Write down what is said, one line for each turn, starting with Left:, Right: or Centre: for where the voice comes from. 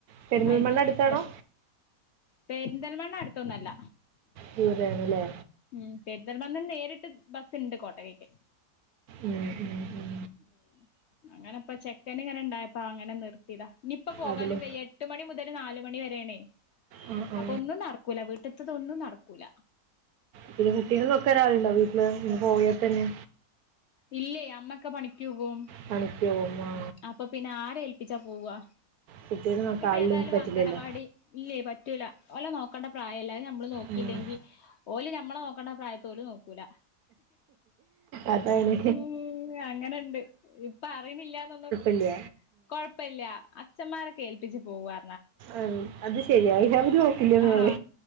Right: പെരിന്തൽമണ്ണ
Left: ഐട്ടി ട്ടി
Right: അടുത്താണോ
Left: സി അരിം പെരിന്തൽമണ്ണ അടുത്തൊന്നല്ല
Right: ദൂരാണ്ല്ലെ
Left: ഉം പെരിന്തൽമണ്ണന്ന് നേരിട്ട് ബസ്സ്ണ്ട് കോട്ടകക്ക്
Right: ഉം ഉം ഉം
Left: ഉ അങ്ങനെപ്പ ചെക്കൻ അ അങ്ങനെപ്പോ ചെക്കണിനി ങ്ങനെണ്ടായപ്പോ അങ്ങനെ നിർത്തിതാ ഇനിപ്പോ പോകാനും
Right: അതില്
Left: വയ്യട്ട് എട്ട് മണി മുതല് നാല് മണി വരെണേ
Right: ആ ആ
Left: അപ്പോന്നും നടക്കൂല വീട്ടത്തതൊന്നും നടക്കൂല
Right: പിന്നെ കുട്ടിനെ നോക്കാൻ ആൾ ണ്ടൊ വീട്ടില് ഇണ്ടാവോ ഇജ്ജ് പോയാ തന്നെ
Left: ഇല്ലയ് അമ്മൊക്കെ പണിക്കുപോകും
Right: പണിക്ക് പോകും ആ
Left: അപ്പ പി പിന്നെആരെ ഏൽപ്പിച്ചാ പോവാ
Right: കുട്ടീനെ നോക്കാൻ
Left: ഇപ്പ
Right: ആളില്ല
Left: ഏതായാലും
Right: എനിക്ക് പറ്റില്ലല്ലോ
Left: അംഗനവാടി ഇല്ലേ പറ്റൂല ഓലെ നോക്കേണ്ട പ്രായല്ലെ അത് ഞമ്മള് നോക്കിയില്ലെങ്കി
Right: ഉം.
Left: ഓല് ഞമ്മളെ നോക്കണ്ട പ്രായത് ഓല് നോക്കൂല
Right: അതാണ്
Left: ഉം അങ്ങനെണ്ട് ഇപ്പ അറീ ണില്ലന്നൊന്നും
Right: ഇല്ല
Left: കോഴപ്പല്ല അച്ഛന്മാരൊക്കെ ഏൽപ്പിച്ച് പോവാ
Right: ആഹ് അത് ശെരിയാ അവര് നോക്കില്ല നേരെ
Left: ആഹ്